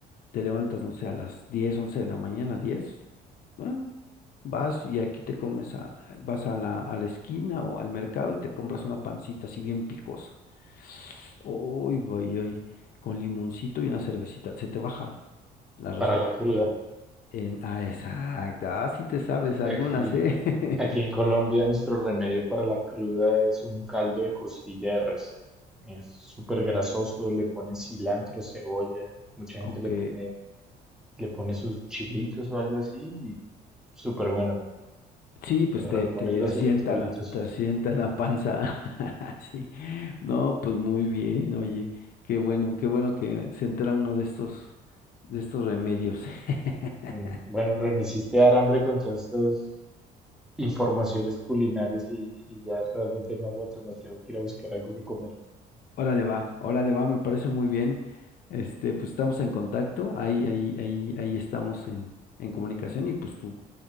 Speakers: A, on the left; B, in the centre.
A: Te levantas, no sé, a las 10, 11 de la mañana, 10. Bueno, vas y aquí te comes a, vas a la, a la esquina o al mercado y te compras una pancita así bien picosa. Uy, vay, ay, con limoncito y una cervecita, se te baja la resaca.
B: para la cruda.
A: En- ah, exacto. Ah, sí te sabes algunas,
B: Aquí,
A: ¿eh?
B: aquí en Colombia
A: <laughs>
B: nuestro remedio para la cruda es un caldo de costilla de res. Es súper grasoso, le ponen cilantro, cebolla, mucha gente
A: Ok.
B: le pone, le pone sus chilitos o algo así y súper bueno.
A: Sí, pues
B: Te repone
A: te, te
B: los
A: asienta
B: electrolitos.
A: la, te asienta la panza. <laughs> Sí. No, pues muy bien, oye. Qué bueno, qué bueno que se entera uno de estos, de estos remedios. <laughs>
B: Mm, Bueno, hombre, me hiciste dar hambre con todos estos informaciones culinarias y, y ya realmente no aguanto más, tengo que ir a buscar algo que comer.
A: Órale va, órale va, me parece muy bien. Este, pues estamos en contacto, ahí, ahí, ahí, ahí estamos en, en comunicación y pues tú,